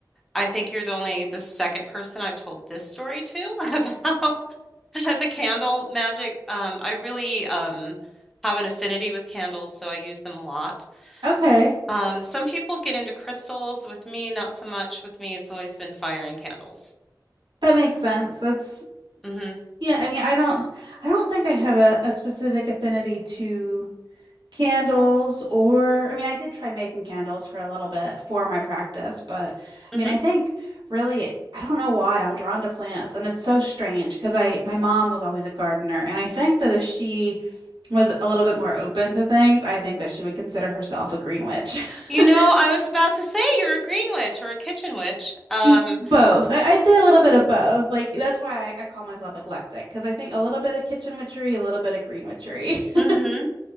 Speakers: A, in the centre; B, on the right.
A: I think you're the only the second person I've told this story to <laughs> about the candle magic. Um, I really um have an affinity with candles, so I use them a lot.
B: Okay.
A: Um, some people get into crystals. With me, not so much. With me, it's always been fire and candles.
B: That makes sense. That's
A: hmm
B: Yeah, I mean, I don't I don't think I have a, a specific affinity to candles or I mean, I did try making candles for a little bit for my practice, but
A: hmm
B: I mean, I think really I don't know why I'm drawn to plants and it's so strange because I my mom was always a gardener and I think that if she was a little bit more open to things, I think that she would consider herself a green witch.
A: You
B: <laughs>
A: know, I was about to say you're a green witch or a kitchen witch. Um,
B: E- Both. I, I'd say a little bit of both. Like that's why I, I call myself eclectic because I think a little bit of kitchen witchery, a little bit of green witchery. <laughs>
A: mhm.